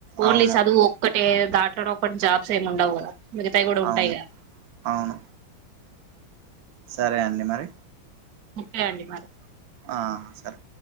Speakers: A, on the right; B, on the right.
A: ఓన్లీ
B: అవును
A: చదువు ఒక్కటే దాంట్లోను ఒకటి జాబ్స్ ఏమి ఉండవు గదా మిగతాయి కూడా ఉంటాయి
B: అవును
A: గదా.
B: అవును సరే అండి మరి
A: ఓకే అండి మరి
B: ఆ సరే